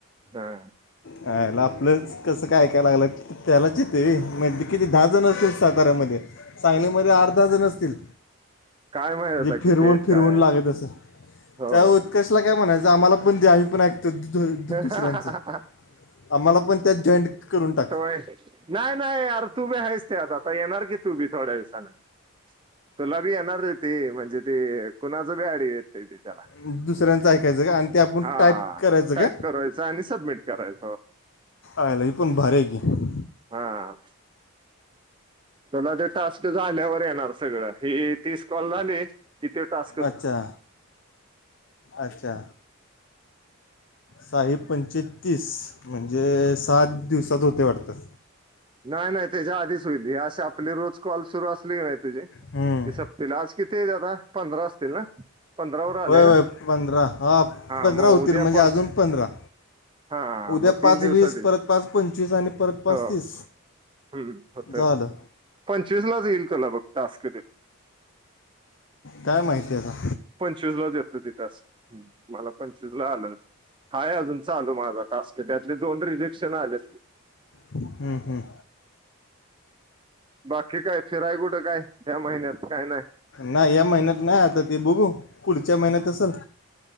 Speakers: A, on the right; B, on the left.
A: हा.
B: हला आपलंच कसं कायकाय लागलं त्याला चिते म किती दहा जण असतील साताऱ्यामध्ये सांगलीमध्ये आठ दहा जण असतील.
A: काय माहित होता
B: े फिरवून
A: किती आहेत
B: फिरवून
A: काय आहेत
B: लागत अस
A: हो
B: त्या कसला काय म्हणायचं आम्हाला पण द आम्हीण ऐकतो. दु-
A: ह
B: दुसऱ्यांचं
A: हा ह ह.
B: आम्हाला पण त्यात जॉईंट करून टाका.
A: हो. नाही नाही यार तू बी आहेस ते आता आता येणार की तू बी थोड्या दिवसाांना तुला बी येणार ती म्हणजे तेी कुणाच बी अडी येत ती त्याला
B: दुसऱ्यांचं ऐकायचं का आणि ते आपण
A: हा
B: टाईप करायचं.
A: टाईप
B: का
A: कवायच आणि सबमिट करायच
B: आयला ही पण भारी आहे की
A: हा. तला ते टास्क झाल्यावर येणार सगळं हि तीस कॉल झाली कि ते टास्
B: अच्छा. अच्छा शही पंचेतीस. म्हणजे सात दिवसात होते वाटतात.
A: नाही नाही त्याच्या आधीच होईल अशी आपली रोज कॉल सुरू असले की नाही. तुझे
B: हम्म.
A: ते सपतील आज किती आता पंधरा असतील ना. पंधरावर आले
B: होय
A: ना
B: होय पंधरा हा पंधरा
A: मग
B: होतील
A: उद्या
B: म्हणजे
A: पाच
B: अजून पंधरा
A: हा
B: उद्या
A: मग
B: पाच
A: तीन दिवसात
B: वीस
A: येईल
B: परत पाच पंचवीस आणि परत पाच
A: हो
B: तीस
A: हम्म होत
B: झालं
A: पंचवीस लाच येईल तुला बघ तास्क दे.
B: काय माहिती आहेता.
A: पंचवीस लाच येतो तिथास मला पंचवीस ला आलं हाय अजून चालू मला त्यातले दोन रिजेक्शन आले.
B: हम्म हम्म.
A: बाकी काय फिराय कुठं काय त्या महिन्यात काय नाही.
B: नाही या महिन्यात नाही आता ते बघू पुढच्या महिन्यात असेल.